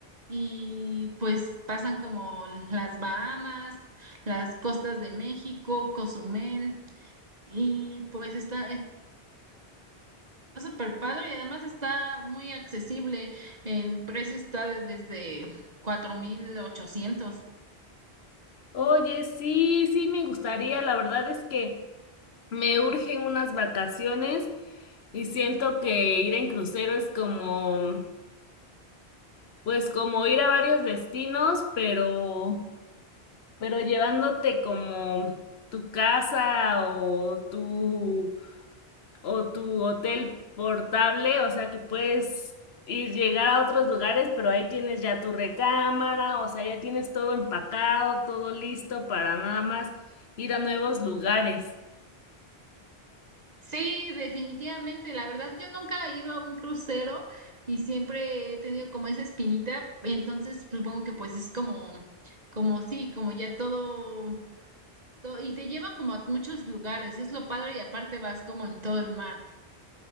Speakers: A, on the right; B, on the left.
A: y pues pasan como las Bahamas, las costas de México, Cozumel y pues está... Está súper padre y además está muy accesible. El precio está de- desde cuatro mil ochocientos
B: Oye, sí, sí, me gustaría. La verdad es que Me urgen unas vacaciones y siento que ir en crucero es como, pues como ir a varios destinos, pero, pero llevándote como tu casa o tu, o tu hotel portable, o sea que puedes ir llegar a otros lugares, pero ahí tienes ya tu recámara, o sea, ya tienes todo empacado, todo listo para nada más ir a nuevos lugares.
A: Sí, definitivamente. La verdad, yo nunca he ido a un crucero y siempre he tenido como esa espinita. Entonces, supongo que pues es como, como sí, como ya todo, todo, y te llevan como a muchos lugares. Es lo padre y aparte vas como en todo el mar.